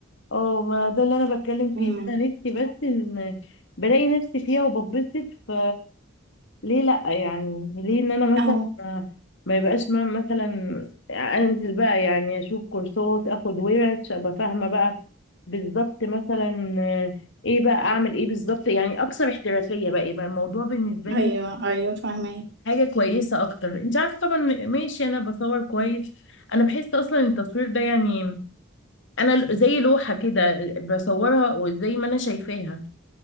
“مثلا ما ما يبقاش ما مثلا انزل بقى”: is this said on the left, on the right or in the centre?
Left